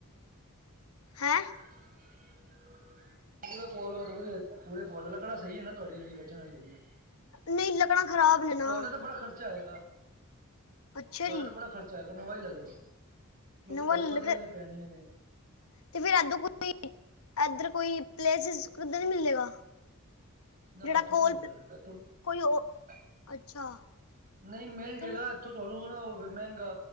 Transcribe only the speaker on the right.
ਵਾਹਿਗੁਰੂ। ਪੂੜੇ ਪੁਆ ਲੋ ਗੇ ਤਾ ਵਧੀਆ। ਪੂੜੇ ਪੁਆ ਲੈਣਾ ਮੈ ਕਿਹਨਾ ਸਹੀ ਐ ਨਾ ਤੁਹਾਡੀ ਜਿਹੜੀ ਵੱਜਣ ਵਾਲੀ ਹੈਗੀ। <inaudible>
ਤੁਹਾਡਾ ਤਾਂ ਬੜਾ ਖ਼ਰਚਾ ਆਏਗਾ।
ਤੁਹਾਡਾ
ਤਾਂ ਬੜਾ ਖਰਚਾ ਆਏਗਾ ਨਵਾ ਹੀ ਲੈ ਲਓ। ਕਿਉਂਕਿ
ਤੁਹਾਡੀ
ਵੱਧ
ਰਹੀ
ਪੈਣੀਆਂ ਨੇ।
ਨਾ
ਇੱਥੋ
ਨੀ ਮਿਲੇ ਗਾ।
<unintelligible>
ਨਹੀਂ ਮਿਲ
ਜਾਏਗਾ। ਉੱਥੋਂ ਤੁਹਾਨੂੰ ਨਾ ਉਹ ਮਹਿੰਗਾ